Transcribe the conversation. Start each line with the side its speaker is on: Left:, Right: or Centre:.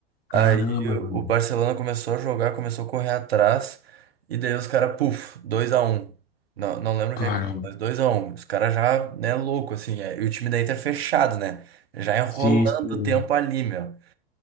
Left: Caramba,
Right: Aí
Left: velho.
Right: o o Barcelona começou a jogar, começou a correr atrás, e daí os caras, puf, dois a um Não, não lembro
Left: caramba.
Right: quem, mas dois a um Os caras já, né, louco, assim, é, e o time da Inter é fechado, né? Já enrolando
Left: Sim, sim.
Right: o tempo ali, meu.